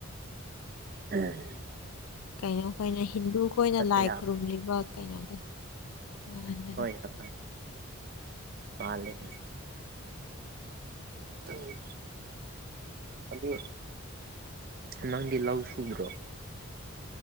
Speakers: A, on the right; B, on the left.
A: ꯎꯝ
B: ꯀꯩꯅꯣꯈꯣꯏꯅ ꯍꯤꯟꯗꯨ ꯈꯣꯏꯅ
A: ꯆꯠꯄ
B: ꯂꯥꯏ
A: ꯌꯥꯕ
B: ꯈꯨꯔꯨꯝꯂꯤꯕ ꯀꯩꯅꯣꯗꯣ ꯋꯥꯍꯟꯕꯅꯦ
A: ꯍꯣꯏ ꯍꯣꯏ ꯃꯥꯂꯦ ꯎꯝ ꯎꯝ ꯑꯗꯨ ꯅꯪꯗꯤ ꯂꯧ ꯁꯨꯗ꯭ꯔꯣ